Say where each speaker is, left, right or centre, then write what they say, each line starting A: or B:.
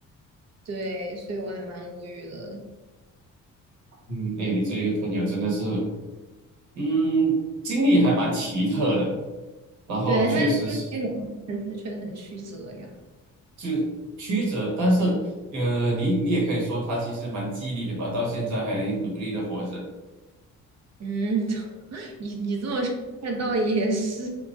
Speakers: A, on the right; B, on the right.
A: 对，所以我还蛮无语的。
B: 嗯，哎，你这个朋友真的是，嗯，经历还蛮奇特的，然后确实是。
A: 对，他这个很很的确实很曲折呀。
B: 就曲折，但是呃，你你也可以说他其实蛮激励的吧，到现在还努力的活着。
A: 嗯，<laughs> 你你这么说，那倒也是，